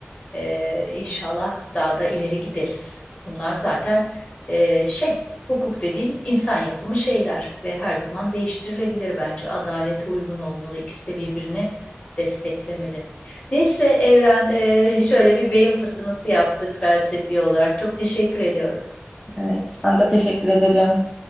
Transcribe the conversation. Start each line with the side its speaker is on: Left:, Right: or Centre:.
Left: Ee, inşallah daha da ileri gideriz. Bunlar zaten e, şey, hukuk dediğin insan yapımı şeyler ve her zaman değiştirilebilir bence. Adalete uygun olmalı. İkisi de birbirini desteklemeli. Neyse Evren, e, <laughs> şöyle bir beyin fırtınası yaptık felsefi olarak. Çok teşekkür ediyorum.
Centre: Evet, ben de teşekkür ederim.